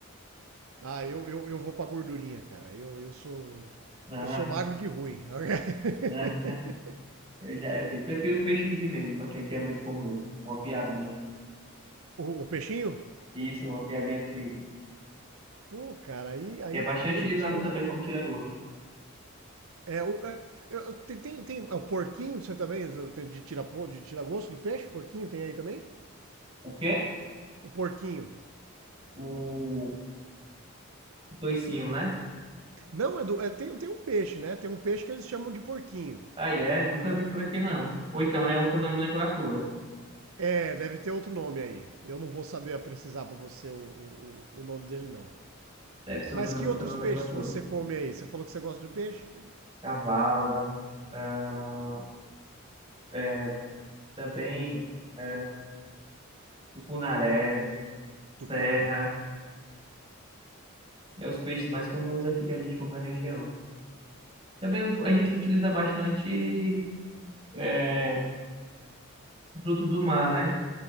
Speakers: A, on the right; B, on the right.
A: Ah, eu, eu, eu vou pra gordurinha, cara. Eu, eu sou
B: Ah,
A: eu sou magro de ruim. <laughs>
B: ah, <laughs> eu já evito. Prefiro peixezinho mesmo, porque aqui é muito comum. Uma piabinha.
A: O, o peixinho?
B: Isso, uma piabinha frita.
A: Pô, cara, aí, aí,
B: Que é bastante
A: é- aí
B: utilizado
A: é gostoso
B: também
A: também,
B: como
A: né?
B: tira-gosto.
A: É, o, é, eu- eu- tem, tem, tem- é, o porquinho, você também, tem de tira, de tira gosto do peixe? Porquinho tem aí também?
B: O quê?
A: O porquinho.
B: O toicinho, né?
A: Não, Edu, é, tem, tem um peixe, né? Tem um peixe que eles chamam de porquinho.
B: Aí é, nunca vi por aqui não. Ou então é outra nomenclatura.
A: É, deve ter outro nome aí. Eu não vou saber precisar pra você o, o, o o nome dele, não.
B: Deve ser outra
A: Mas que
B: outra
A: outros
B: nomenclatura.
A: peixes você come aí? Você falou que você gosta de peixe?
B: Cavala. ah, é, também é, tucunaré, serra,
A: Tucunaré,
B: é os peixes mais comuns aqui que a gente come na região. Também a gente
A: pô.
B: utiliza bastante é, frutos do mar, né?